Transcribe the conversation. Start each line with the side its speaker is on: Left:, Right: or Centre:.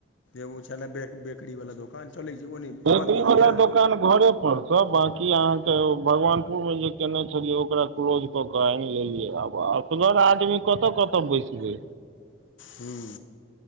Left: एगो छेला बैक बेकरीवला दोकान चलै छैय ओ नैय
Right: बेकरी
Left: बंन्द कऽ
Right: वाला
Left: देलियै।
Right: दोकान घरे। परस बांकी आहां के भगवानपुर मे जे केयने छेलियै ओकरा क्लोज कऽ कऽ अैन लेलियै आब आब। एसगर आदमी कतऽ कतऽ बैसबै।
Left: हूं।